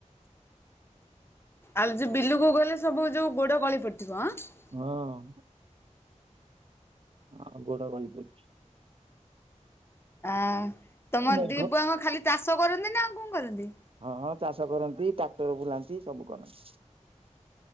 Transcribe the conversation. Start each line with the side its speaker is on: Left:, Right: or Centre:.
Left: ଆଉ ଯୋଉ ବିଲୁକୁ ଗଲେ ସବୁ ଯୋଉ ଗୋଡ ଗଳି ପଡିଥିବ ଅ।
Right: ହଁ। ହଁ ଗୋଡ ଗଳି ପଡୁଚି।
Left: ଅଁ ତମ
Right: ମେଘ
Left: ଦି ପୁଅଙ୍କ ଖାଲି ଚାଷ କରନ୍ତି ନା ଆଉ କଣ କରନ୍ତି?
Right: ହଁ ହଁ ଚାଷ କରନ୍ତି ଟ୍ରାକ୍ଟର ବୁଲାନ୍ତି ସବୁ କରନ୍ତି।